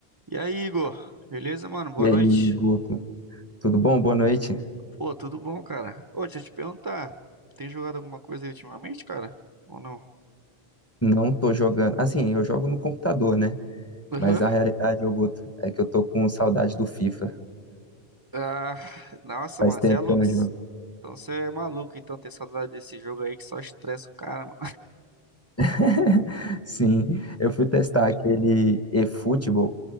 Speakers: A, on the right; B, on the left.
A: E aí, Igor? Beleza, mano? Boa
B: E aí,
A: noite.
B: Guto, tudo bom? Boa noite.
A: Pô, tudo bom, cara? Ô, deixa eu te perguntar, tem jogado alguma coisa aí ultimamente, cara? Ou não?
B: Não tô jogando. Assim, eu jogo no computador, né?
A: Aham.
B: Mas a realidade, ô Guto, é que eu tô com saudade do FIFA.
A: Ah, nossa,
B: Faz
A: mano,
B: tempo
A: você é louco.
B: que eu não jogo.
A: Então você é maluco, então tem saudade desse jogo aí que só estressa o cara, mano.
B: <laughs> Sim, eu fui testar aquele eFootball.